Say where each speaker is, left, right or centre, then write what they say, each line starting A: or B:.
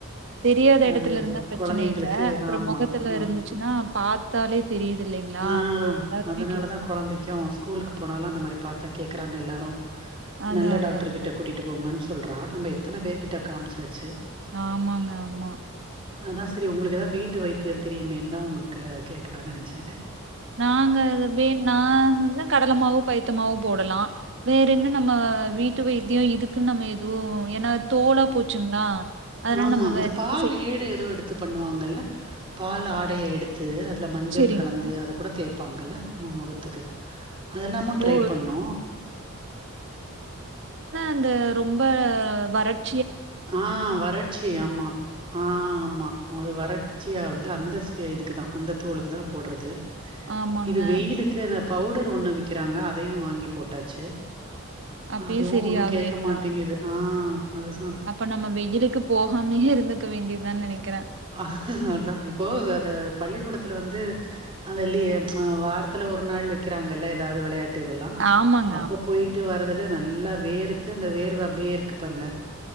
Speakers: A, on the right; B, on the right.
A: தெரியாத எடத்துல
B: அது
A: இருந்தா பிரச்சன
B: கொழந்தைங்களுக்கு
A: இல்ல அப்புறோ
B: ஆமா
A: மொகத்துல
B: ஆ
A: இருந்துச்சுன்னா பாத்தாலே தெரியுது இல்லைங்களா
B: ஆ
A: அப்ப எல்லாருமே
B: அதனாலதா
A: கேப்பாங்க
B: கொழந்தைக்கு ஸ்கூலுக்கு போனாலு அந்த மாரி பாத்தா கேக்குறாங்க எல்லாரு
A: அதா
B: நல்ல
A: அதாங்க
B: டாக்டர் கிட்ட கூட்டிட்டு போங்கன் ஸ் சொல்றா நம்ம எத்தன பேர்கிட்ட காம்ச்சாச்சு
A: ஆமாங்க ஆமா
B: அதா சரி உங்களுக்கு
A: ம்.
B: எதா வீட்டு வைத் த்தியோ தெரியுமேன் தா உங்களுக்கு கேட்கலான்னு நெனச்ச
A: நாங்க வெ நா வந்து கடலமாவு பைத்தமாவு போடலா வேற என்ன நம்ம வீட்டு வைத்தியோ இதுக்குன்னு நம்ம எதுவு என்னா தோலா போச்சுங்களா அதனால
B: ஆமா
A: நம்ம
B: அந்த
A: வேற
B: பால்
A: என்ன செய்ய
B: ஏடு
A: முடியு
B: எதோ எடுத்து பண்ணுவாங்கல்ல பால் ஆடைய எடுத்து து அதுல மஞ்சள்
A: செரிங்க
B: கலந்து அது கூட தே பாங்கல்ல மா மொகத்துக்கு அதெல்லாமு ட்ரை
A: ஓ
B: பண்ணோ
A: த்த ரொம்ப வரட்
B: ஆ வறட்சி ஆமா ஆ ஆமா அது வர கச்சி ஆதுல அந்த இதுக்கு தா அந்த தோலுக்கு தா போட்றது
A: ஆமாங்க.
B: இது வெயிலுக்கு அந்த பவுடர் ஒண்ணு விக்கிறாங்க அதையு வாங்கி போட்டாச்சு
A: அப்பயும்
B: அதுவு
A: சரி
B: ஒன்னு
A: ஆகலைங்களா?
B: கேட்க மாட்டேங்குது ஆ அத சொன்
A: அப்ப நம்ம வெயிலுக்கு போகாமேயே இருந் வேண்டியது தான் நினைக்கு
B: அஹ அதான் இப்போ அத பள்ளிக்கூடத்துல வந்து அதுல்லையே வாரத்தில் ஒரு நாள் வைக்கிறாங்கல்ல ஏதாவது விளையாட்டு இதெல்லாம்
A: ஆமாங்க.
B: அப்ப போய்ட்டு வர்றதுல நல்லா வேர்த்து அந்த வேர்வ அப்படியேருக்கு பாருங்க